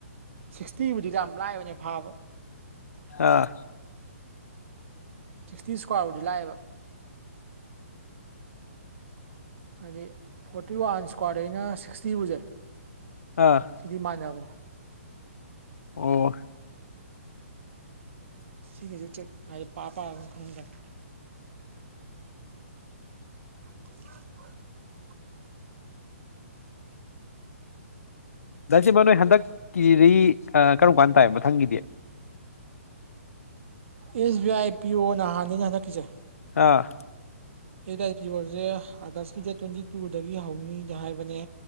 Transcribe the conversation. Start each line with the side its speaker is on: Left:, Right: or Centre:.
Right: ꯁꯤꯛꯁꯇꯤꯕꯨꯗꯤ ꯌꯥꯝ ꯂꯥꯏꯕꯅꯦ ꯐꯥꯕ
Left: ꯑꯥ
Right: ꯁꯤꯛꯁꯇꯤ ꯏꯁꯀ꯭ꯋꯥꯔꯕꯨꯗꯤ ꯂꯥꯛꯑꯦꯕ ꯑꯗ ꯐꯣꯔꯇꯤ ꯋꯥꯟ ꯏꯁꯀ꯭ꯋꯥꯔꯗꯩꯅ ꯁꯤꯛꯁꯇꯤꯕꯨꯁꯦ
Left: ꯑꯥ
Right: ꯁꯤꯗꯤ ꯃꯥꯟꯅꯕꯅꯦ
Left: ꯑꯣ
Right: ꯁꯤꯒꯤ ꯇꯔꯤꯛ ꯍꯥꯏ ꯄꯥ ꯄꯥꯔꯒ ꯈꯡꯉꯛꯀꯅꯤ <unintelligible>
Left: ꯗꯥ ꯁꯤꯃꯣꯟ ꯅꯣꯏ ꯍꯟꯗꯛꯀꯤꯗꯤ ꯀꯔꯝ ꯀꯥꯟ ꯇꯥꯏ ꯃꯊꯪꯒꯤꯗꯤ
Right: ꯑꯦꯁ ꯕꯤ ꯑꯥꯏ ꯄꯤ ꯑꯣ ꯅ ꯍꯥꯟꯗꯣꯏꯅꯦ ꯍꯟꯗꯛꯀꯤꯁꯦ
Left: ꯑꯥ
Right: ꯑꯦꯁ ꯕꯤ ꯑꯥꯢ ꯄꯤꯌꯣꯁꯦ ꯑꯥꯒꯁꯀꯤ ꯗꯦꯠ ꯇ꯭ꯋꯦꯟꯇꯤ ꯇꯨꯗꯒꯤ ꯍꯧꯅꯤꯗꯤ ꯍꯥꯏꯕꯅꯦ